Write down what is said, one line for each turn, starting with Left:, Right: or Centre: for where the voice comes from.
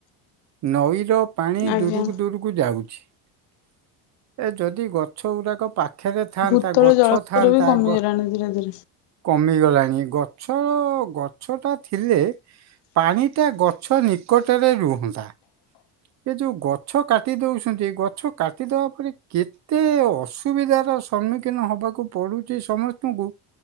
Right: ନଈର ପାଣି
Left: ଆଜ୍ଞା
Right: ଦୂରୁକୁ ଦୂରୁକୁ କୁ ଯାଉଛି ଯଦି ଗଛ ଗୁଡା ପା ଖେରେ ଥାଆନ୍ତା
Left: ଭୂତଳ
Right: ଗଛ
Left: ଜଳସ୍ତର
Right: ଥାଆନ୍ତା
Left: ବି କମିଗଲାଣି
Right: ଗ
Left: ଧୀରେ ଧୀରେ
Right: କମିଗଲାଣି ଗଛ ଗଛ ଟା ଥିଲେ ପାଣିଟା ଗଛ ନିକଟରେ ରୁହନ୍ତା। ଏ ଯୋଉ ଗଛ କାଟି ଦଉଛନ୍ତି ଗଛ କାଟିଦବା ପରେ କେ ତେ ଅସୁବିଧାର ସମ୍ମୁଖୀନ ହବାକୁ ପଡୁଚି ସମସ୍ତଙ୍କୁ